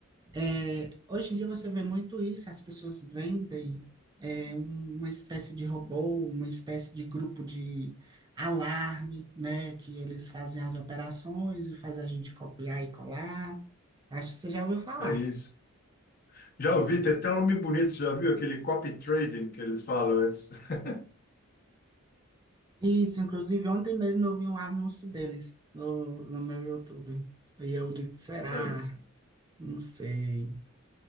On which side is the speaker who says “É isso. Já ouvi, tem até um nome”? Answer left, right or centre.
Left